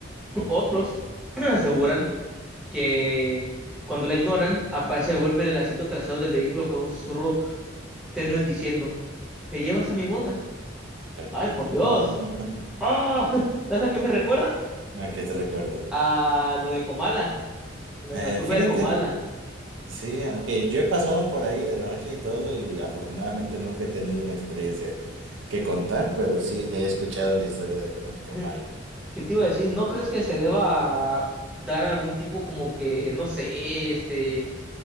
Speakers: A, in the centre; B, on the right.
A: otros <clears throat> aseguran que cuando la ignoran, aparece el golpe del asiento trasero del vehículo con un susurro tenue diciendo, ¿me llevas a mi boda?
B: ok.
A: ¡Ay, por Dios!
B: <laughs>
A: ¡Ah! <laughs> ¿Sabes a qué me recuerda?
B: Ah, que te recuerdo.
A: A lo de Comala, lo
B: Eh,
A: de la curva
B: fíjate,
A: de Comala.
B: sí, aunque yo he pasado por ahí de noche y todo, y afortunadamente nunca he tenido una experiencia que contar, pero sí he escuchado la historia de Co- en Comala.
A: <laughs> ¿Qué te iba a decir? ¿No crees que se deba dar algún tipo como que, no sé, este,